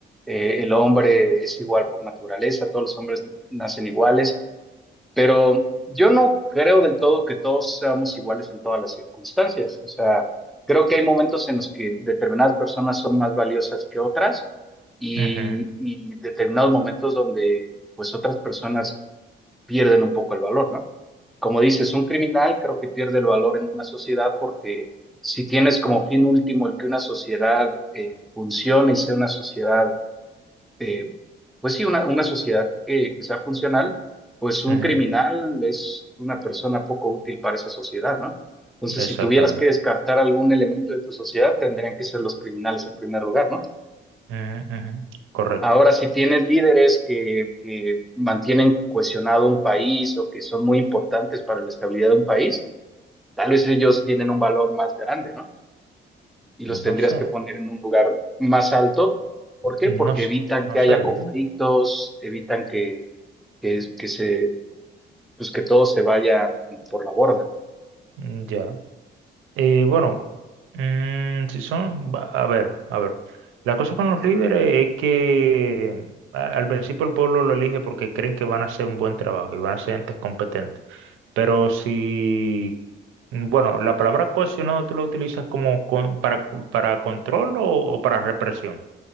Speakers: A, in the centre; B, on the right.
A: eh, el hombre es igual por naturaleza, todos los hombres nacen iguales, pero yo no creo del todo que todos seamos iguales en todas las circunstancias. O sea, creo que hay momentos en los que determinadas personas son más valiosas que otras y,
B: ujú,
A: y determinados momentos donde pues otras personas pierden un poco el valor, ¿no? Como dices, un criminal creo que pierde el valor en una sociedad porque si tienes como fin último el que una sociedad eh, funcione y sea una sociedad, eh, pues sí, una, una sociedad que, que sea funcional, pues un
B: ujú,
A: criminal es una persona poco útil para esa sociedad, ¿no? Entonces,
B: Exactamente.
A: si tuvieras que descartar algún elemento de tu sociedad, tendrían que ser los criminales en primer lugar, ¿no?
B: Ujú, ujú, Correcto.
A: Ahora, si tienes líderes que, que mantienen cohesionado un país o que son muy importantes para la estabilidad de un país, tal vez ellos tienen un valor más grande, ¿no? Y los tendrías
B: No sé.
A: que poner en un lugar más alto. ¿Por qué?
B: No,
A: Porque
B: s-
A: evitan que
B: no sé,
A: haya conflictos,
B: ¿eh?
A: evitan que, que, que se, pues que todo se vaya por la borda.
B: Mm, Ya. Eh, bueno, mm, si son, va- a ver, a ver. La cosa con los líderes es que a- al principio el pueblo lo elige porque creen que van a hacer un buen trabajo y van a ser entes competentes. Pero si, bueno, la palabra cohesionado tú la utilizas como con- para, para control o, o para represión,